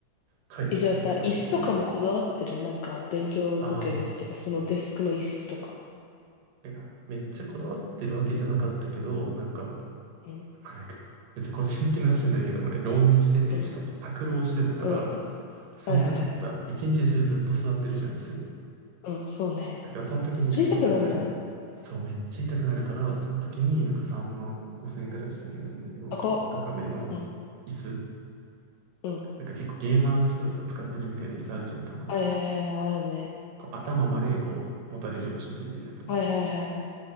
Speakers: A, on the right; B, on the left.
A: 快適にしようっていう。
B: え、じゃあさ、椅子とかもこだわってるなんか、勉強机の椅子っていうか、
A: ああ。
B: そのデスクの椅子とか。
A: てか、めっちゃこだわってるわけじゃなかったけど、なんか、
B: うん。
A: なんか、めっちゃ個人的な話になるけど、俺、浪人してて、
B: うん。
A: しかも宅浪してたから、
B: うん。
A: その時ってさ、
B: はいはいはい。
A: 一日中ずっと座ってるじゃん、椅子に。
B: うん、そうね。
A: だから、その時に結構高い
B: 座りたくなんない。
A: そう、めっちゃ痛くなるから、その時になんか3万5千円ぐらいした気がするんだけど、
B: あ、
A: 結構高めの
B: こ。うん。
A: 椅子。
B: うん。
A: なんか結構ゲーマーの人がさ、使ってるみたいな椅子あるじゃん、たまに。
B: はいはいはいはい、あるね。
A: こう頭までこう、持たれる場所ついてるやつみたいな。
B: はいはいはい。